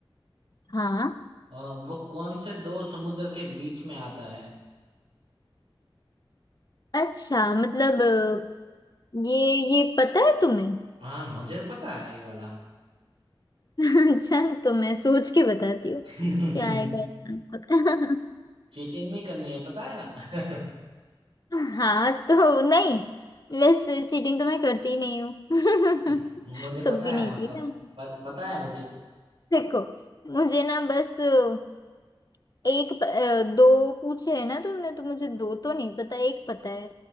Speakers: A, on the left; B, on the right.
A: हाँ
B: अ, वो कौन से दो समुद्र के बीच में आता है
A: अच्छा मतलब अ, ये ये पता है तुम्हें
B: हाँ मुझे तो पता है ये वाला
A: <laughs> अच्छा तो मैं सोच के बताती हूँ
B: <laughs>
A: क्या आएगा इसका पता
B: चीटिंग नहीं करनी है पता है ना
A: <laughs> हाँ तो नहीं वैसे चीटिंग तो मैं करती ही नहीं हूँ <laughs>
B: <laughs> मुझे
A: कभी
B: पता है
A: नहीं
B: वो तो
A: की मैंने
B: प, पता है मुझे
A: <laughs> देखो मुझे ना बस अ, एक प- अ, दो पूछे है ना तुमने तो मुझे दो तो नहीं पता एक पता है